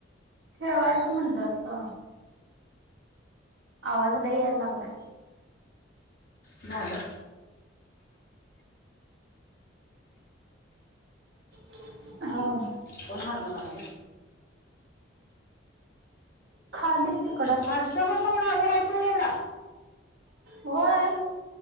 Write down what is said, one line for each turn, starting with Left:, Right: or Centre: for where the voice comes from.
Right: ठेवायचं म्हनलं आता. आवाज लई याय लागलाय.
Left: झालं.
Right: <inaudible> हाव.
Left: कोण हारणं करायले?
Right: <inaudible> खाली तीक
Left: खालचा वर <unintelligible> रेवडा.
Right: होय.